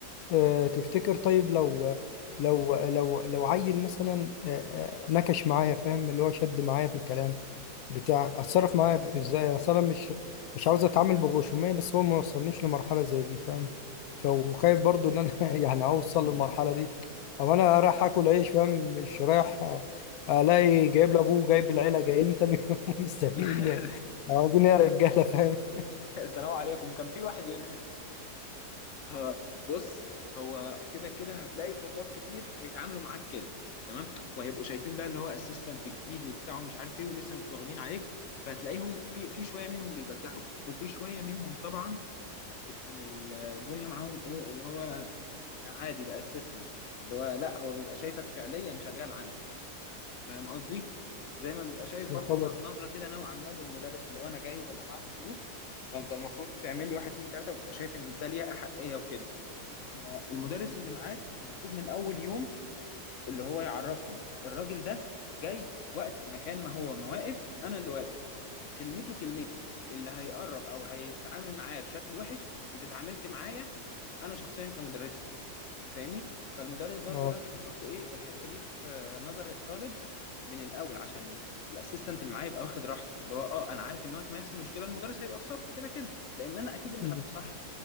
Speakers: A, on the left; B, on the left.
A: آه، تفتكر طيب لو لو لو لو عيل مثلا آه، آه، نكش معايا فاهم اللي هو شد معايا في الكلام بتاع اتصرف معايا في- ازاي اصل انا مش مش عاوز اتعامل بغشوميه بس هو ما وصلنيش لمرحله زي دي فاهم ف- وخايف برضو ان انا <laughs> يعني اوصل للمرحله دي او انا رايح اكل عيش فاهم مش رايح آه، الاقي جايب لابوه جايب العيله جايين تاني يوم <laughs> مستنيين
B: <laughs>
A: عاوزين إيه يا رجاله فاهم
B: السلام عليكم كان في واحد هنا آه، بص هو كده كده هتلاقي طلاب كتير هيتعاملوا معاك كده تمام وهيبقوا شايفين بقى اللي هو اسيستنت جديد وبتاع ومش عارف ايه ولسه مش واخدين عليك فهتلاقيهم في في شويه منهم بيبجحوا وفي شويه منهم طبعا بتكون الدنيا معاهم ايه اللي هو عادي ده اسيستنت اللي هو لا هو بيبقى شايفك فعليا شغال عنده فاهم قصدي زي ما بيبقى شايف
A: يا
B: برضو
A: خبر
B: نظره كده نوعا ما للمدرس اللي هو انا جاي وبدفعت فلوس فانت المفروض تعمل لي واحد اتنين تلاته وبيبقى شايف ان ده ليه احقيه وكده آه، المدرس اللي معاك المفروض من اول يوم اللي هو يعرفهم الراجل ده جاي وقت مكان ما هو ما واقف انا اللي واقف كلمته كلمتي اللي هيقرب او هيتعامل معايا بشكل وحش انت اتعاملت معايا انا شخصيا كمدرسة فاهمني فالمدرس برضو
A: اه
B: لازم يحط ايه الحتة دي في آه، نظر الطالب من الاول عشان الاسيستنت اللي معايا يبقى واخد راحته اللي هو اه انا عارف ان وقت ما يحصل مشكلة المدرس هيبقى في صفي كده كده لان انا اكيد اللي
A: مم.
B: هبقى صح